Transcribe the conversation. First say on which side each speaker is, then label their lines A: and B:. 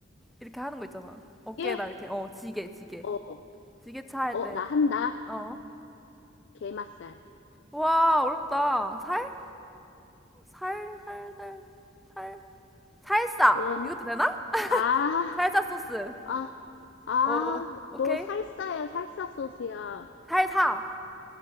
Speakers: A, in the centre; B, on the left.
A: 이렇게 하는 거 있잖아. 어깨에다
B: 예?
A: 이렇게, 어, 지게, 지게.
B: 어,
A: 지게차 할
B: 어,
A: 때,
B: 나 한다.
A: 어.
B: 게맛살.
A: 와, 어렵다. 살? 살, 살, 살, 살. 살사!
B: 원,
A: 이것도 되나?
B: 아,
A: 살사 소스.
B: 아, 아,
A: 어,
B: 너
A: 오케이.
B: 살사야, 살사 소스야.
A: 살사.